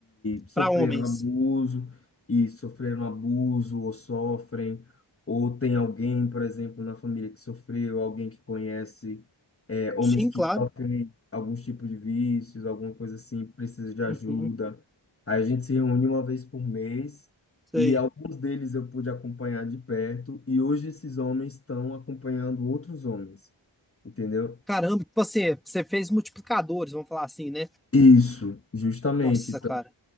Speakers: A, on the left; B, in the centre.
A: sofreram
B: Pra homens.
A: abuso e sofreram abuso ou sofrem, ou tem alguém, por exemplo, na família que sofreu, alguém que conhece é, homens
B: Sim,
A: que
B: claro.
A: sofrem alguns tipos de vícios, alguma coisa assim, precisa de ajuda.
B: Uhum,
A: Aí a gente se reúne uma vez por mês
B: sei.
A: e alguns deles eu pude acompanhar de perto e hoje esses homens estão acompanhando outros homens, entendeu?
B: Caramba, tipo assim, você fez multiplicadores, vamos falar assim, né?
A: Isso, justamente.
B: Nossa, cara.